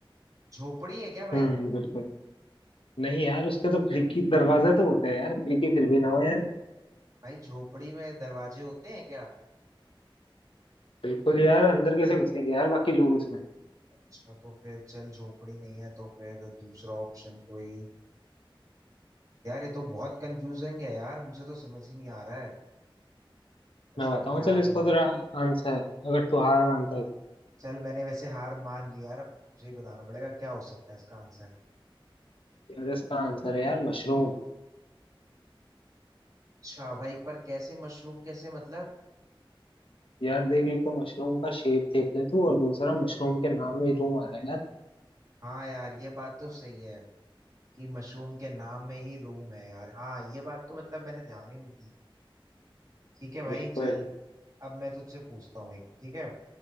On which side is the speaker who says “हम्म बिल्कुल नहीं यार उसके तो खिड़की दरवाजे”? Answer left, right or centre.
Left